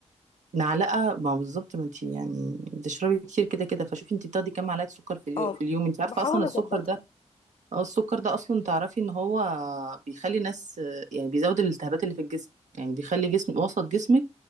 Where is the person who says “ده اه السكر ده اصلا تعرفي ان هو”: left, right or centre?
Right